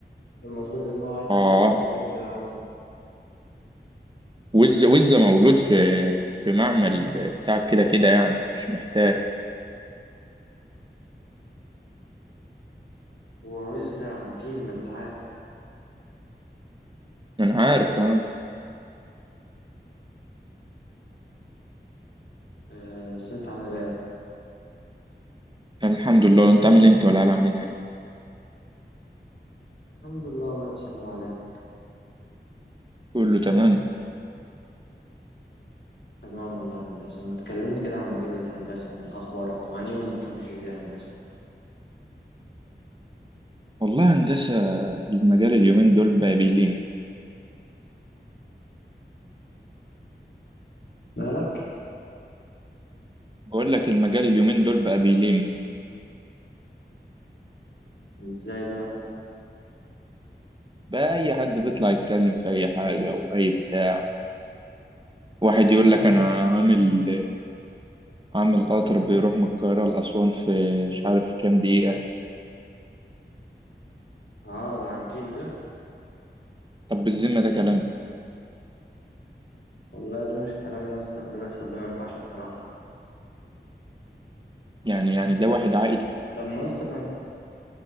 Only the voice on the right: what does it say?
اه
وزة وزة مولود في في معمل بتاع كده كده يعني مش محتاج
ما انا عارف اه
الحمد لله انت عامل إيه انت ولا عاملين ايه
كله تمام
والله هندسه المجال اليومين دول بقى بيلم
بقول لك المجال اليومين دول بقى بيلم
بقى اي حد بيطلع يتكلم في اي حاجه واي بتاع واحد يقول لك انا هعمل هعمل قطر بيروح من القاهره لاسوان في مش عارف كام دقيقه
طب بالذمه ده كلام
يعني يعني ده واحد عاقل